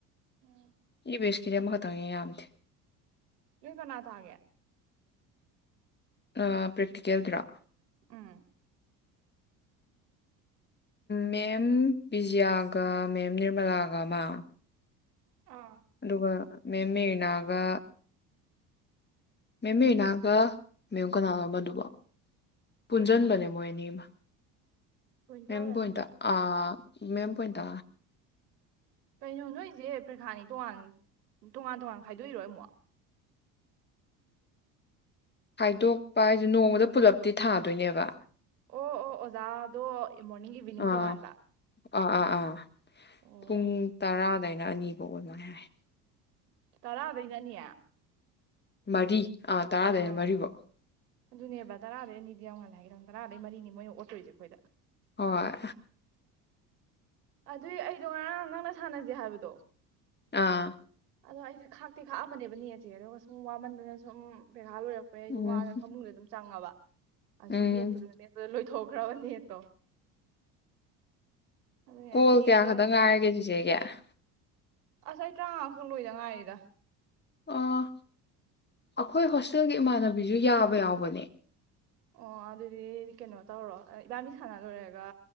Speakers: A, on the right; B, on the left.
A: ꯎꯝ
B: ꯏ ꯚꯤ ꯕꯦꯁꯀꯤꯗꯤ ꯑꯃꯈꯛꯇꯪꯅꯤ ꯌꯥꯝꯗꯦ
A: ꯅꯣꯏ ꯀꯅꯥ ꯇꯥꯒꯦ
B: ꯑ ꯄ꯭ꯔꯦꯛꯇꯤꯀꯦꯜꯗ꯭ꯔꯥ
A: ꯎꯝ
B: ꯃꯦꯝ ꯕꯤꯖꯤꯌꯥꯒ ꯃꯦꯝ ꯅꯤꯔꯃꯂꯥꯒꯃ
A: ꯑꯥ
B: ꯑꯗꯨꯒ ꯃꯦꯝ ꯃꯦꯔꯤꯅꯒ ꯃꯦꯝꯃꯤꯔꯤꯅꯥꯒ ꯃꯦꯝꯦꯝ ꯀꯅꯥꯅꯣ ꯑꯃꯗꯨꯕꯣ ꯄꯨꯨꯟꯖꯟꯕꯅꯦ
A: ꯒꯣꯏꯟꯇꯥꯔꯥ
B: ꯃꯣꯏ ꯑꯅꯤꯃꯥ
A: ꯒꯣꯏꯟꯇꯥ
B: ꯃꯦꯝ
A: ꯑꯣꯏꯔꯝꯅꯤ
B: ꯕꯨꯏꯟꯇꯔ ꯑꯥ ꯃꯦꯝ ꯕꯣꯏꯟꯇꯥ
A: ꯀꯩꯅꯣ ꯅꯣꯏꯁꯦ ꯄ꯭ꯔꯦꯈꯥꯅꯤ ꯇꯣꯉꯥꯟ ꯇꯣꯉꯥꯟ ꯇꯣꯉꯥꯟ ꯈꯥꯏꯗꯣꯛꯏꯔꯣ ꯑꯃꯨꯛ
B: ꯈꯥꯏꯗꯣꯛꯄ ꯍꯥꯏꯗꯤ ꯅꯣꯡꯃꯗ ꯄꯨꯜꯂꯞꯇꯤ ꯊꯥꯗꯣꯏꯅꯦꯕ
A: ꯑꯣ ꯑꯣ ꯑꯣꯖꯥꯗꯣ ꯃꯣꯔꯅꯤꯡ ꯏꯚꯤꯅꯤꯡ
B: ꯑꯥ
A: ꯇꯣꯉꯥꯟꯕ
B: ꯑꯥ ꯑꯥ ꯑꯥ
A: ꯑꯣ
B: ꯄꯨꯡ ꯇꯔꯥ ꯗꯩꯅ ꯑꯅꯤꯕꯣꯛ ꯁꯨꯃꯥꯏ ꯍꯥꯏ
A: ꯇꯔꯥꯗꯩꯅ ꯑꯅꯤ
B: ꯃꯔꯤ ꯑꯥ ꯇꯔꯥꯗꯩꯅ
A: ꯑꯣ
B: ꯃꯔꯤꯐꯧ
A: ꯑꯗꯨꯅꯦꯕ ꯇꯔꯥꯗꯩꯅ ꯑꯅꯤꯗꯤ ꯌꯥꯝ ꯉꯜꯂꯦ ꯍꯌꯦꯡ ꯇꯔꯥꯗꯩ ꯃꯔꯤꯅꯤ ꯃꯣꯏꯅ ꯑꯣꯠꯇꯣꯏꯁꯦ ꯑꯩꯈꯣꯏꯗ
B: ꯍꯣꯏ
A: ꯑꯗꯨꯏ ꯑꯩꯗꯣ ꯉꯔꯥꯡ ꯅꯪꯅ ꯁꯥꯟꯅꯖꯦ ꯍꯥꯏꯕꯗꯣ
B: ꯑꯥ
A: ꯑꯗꯣ ꯑꯩꯁꯦ ꯈꯥꯛꯇꯦ ꯈꯥꯛꯑꯕꯅꯦꯕ ꯅꯦꯠꯁꯦ ꯑꯗꯨꯒ ꯁꯨꯝ ꯋꯥꯃꯟꯗꯅ ꯁꯨꯝ ꯂꯣꯏꯔꯛꯄꯩ ꯑꯩꯁꯨ
B: ꯎꯝ
A: ꯋꯥꯗꯅ ꯐꯃꯨꯡꯗ ꯑꯗꯨꯝ ꯆꯪꯉꯕ ꯑꯗꯩ
B: ꯎꯝ
A: ꯁꯨꯝ ꯃꯦꯠꯄ ꯗ ꯃꯦꯠꯄꯗ ꯑꯗꯨꯗ ꯂꯣꯏꯊꯣꯛ ꯈꯔ꯭ꯕꯥ ꯅꯦꯠꯇꯣ ꯑꯗꯨꯅꯦ
B: ꯀꯣꯜ
A: ꯅꯦꯠꯇꯣ
B: ꯀꯌꯥ ꯈꯛꯇꯪ ꯉꯥꯏꯔꯒꯦ ꯁꯤ <unintelligible>
A: ꯑꯁ ꯑꯩ ꯇꯔꯥꯉꯥ ꯈꯛ ꯂꯣꯏꯗ ꯉꯥꯏꯔꯤꯗ
B: ꯑꯣ ꯑꯈꯣꯏ ꯍꯣꯁꯇꯦꯜꯒꯤ ꯏꯃꯥꯟꯅꯕꯤꯖꯨ ꯌꯥꯕ ꯌꯥꯎꯕꯅꯦ
A: ꯑꯣ ꯑꯗꯨꯗꯤ ꯀꯩꯅꯣ ꯇꯧꯔꯣ ꯏꯕꯥꯅꯤ ꯁꯥꯟꯅ ꯂꯣꯏꯔꯒ